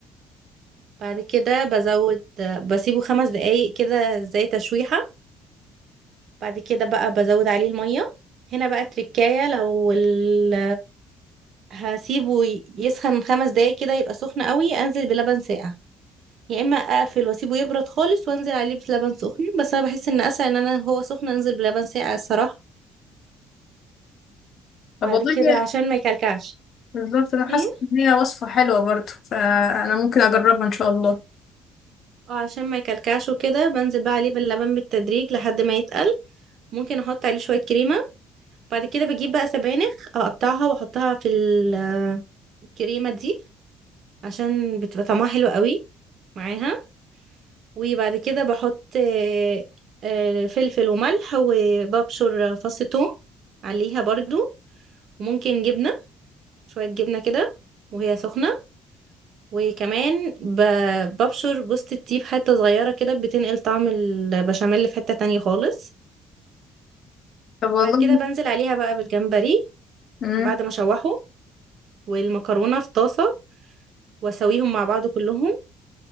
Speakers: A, on the right (about 60°); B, on the left (about 60°).
A: بعد كده بزود بسيبه خمس دقايق كده زي تشويحة بعد كده بقى بزود عليه المية هنا بقى التركاية لو ال... هسيبه يسخن خمس دقايق كده يبقى سخن قوي أنزل بلبن ساقع يا اما اقفل واسيبه يبرد خالص وانزل عليه بلبن سخن بس انا بحس ان اسهل ان انا هو سخن انزل بلبن ساقع الصراحه بعد
B: طب والله
A: كده عشان ما يكلكعش
B: بالظبط انا حاسة
A: ايه
B: ان هي وصفة حلوة برضه فانا ممكن اجربها ان شاء الله
A: اه عشان ما يكلكعش وكده بنزل بقى عليه باللبن بالتدريج لحد ما يتقل ممكن احط عليه شويه كريمه بعد كده بجيب بقى سبانخ اقطعها واحطها في ال- الكريمه دي عشان بتبقى طعمها حلو قوي معاها وبعد كده بحط آه، آه، فلفل وملح وببشر فص ثوم عليها برضو وممكن جبنه شوية جبنة كده وهي سخنة وكمان ب- ببشر جوزة الطيب حتة صغيرة كده بتنقل طعم البشاميل في حتة تانية خالص
B: طب والله
A: بعد كده بنزل عليها بقى بالجمبري
B: امم
A: بعد ما اشوحه والمكرونة في طاسة واسويهم مع بعض كلهم